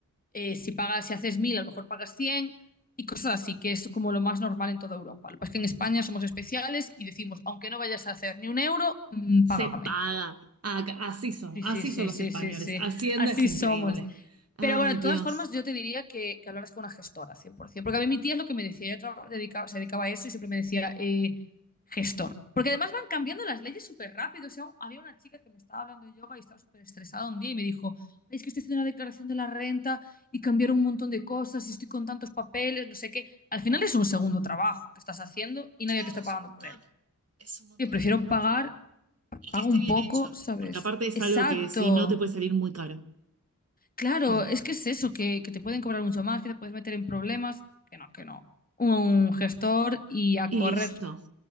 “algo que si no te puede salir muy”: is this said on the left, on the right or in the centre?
Right